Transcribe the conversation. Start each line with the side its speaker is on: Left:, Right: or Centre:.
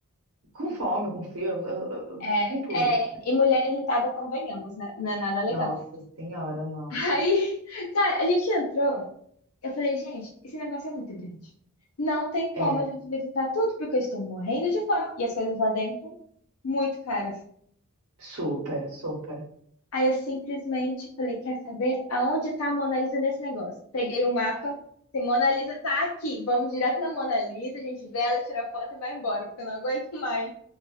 Right: com fome, com frio, eu- eu-
Left: É,
Right: com tudo.
Left: é, e mulher irritada, convenhamos, né? Não é nada legal.
Right: Nossa senhora, não.
Left: <laughs> Aí, cara, a gente entrou. Eu falei, gente, esse negócio é muito grande. Não tem
Right: É,
Left: como a gente visitar tudo, porque eu estou morrendo de fome. E as coisas lá dentro, muito caras.
Right: super, super.
Left: Aí eu simplesmente falei, quer saber aonde tá a Mona Lisa nesse negócio? Peguei o mapa, se Mona Lisa tá aqui, vamos direto na Mona Lisa, a gente vê ela, tira a foto e vai embora, porque eu não aguento mais.